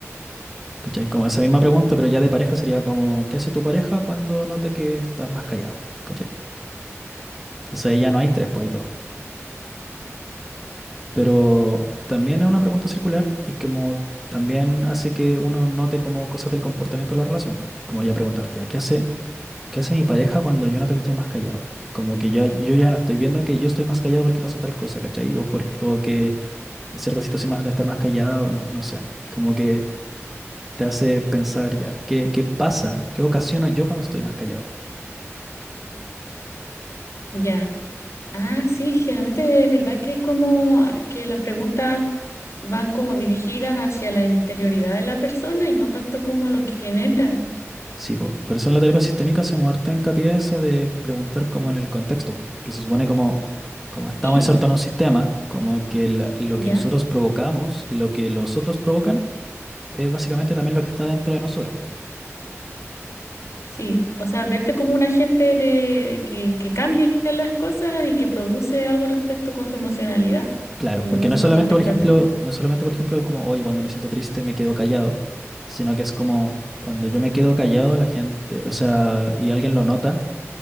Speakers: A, in the centre; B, on the left (about 70°).
A: ¿Cachai? Como esa misma pregunta, pero ya de pareja sería como, ¿qué hace tu pareja cuando nota que estás más callado? ¿Cachai? Entonces ahí ya no hay tres, pues hay dos. Pero también es una pregunta circular y como también hace que uno note como cosas del comportamiento de la relación, po. Como ya preguntarte, ya, ¿qué hace, qué hace mi pareja cuando yo noto que estoy más callado? Como que ya, yo ya no estoy viendo que yo estoy más callado porque pasó tal cosa, ¿cachai? O, por- o que cierta situación me hace estar más callado, no, no sé. Como que te hace pensar ya, ¿qué, qué pasa? ¿Qué ocasiona yo cuando estoy más callado?
B: Ya. Ah, sí, generalmente es verdad que es como ah, que las preguntas van como dirigidas hacia la interioridad de la persona y no tanto como a lo que genera.
A: Sí, po. Por eso en la terapia sistémica hacemos harto hincapié eso de preguntar como en el contexto, po, porque se supone como, como estamos
B: Y
A: insertos en un sistema, como que la- lo
B: ya.
A: que nosotros provocamos y lo que los otros provocan es básicamente también lo que está dentro de nosotros, po.
B: Sí, o sea, verte como un agente de que, que cambia las cosas y que produce algo respecto con su emocionalidad,
A: Claro,
B: como
A: porque
B: no
A: no
B: solo
A: es solamente,
B: te afecta
A: por ejemplo,
B: a ti.
A: no es solamente, por ejemplo, como, oye, cuando me siento triste me quedo callado, sino que es como cuando yo me quedo callado, la gente, o sea, y alguien lo nota,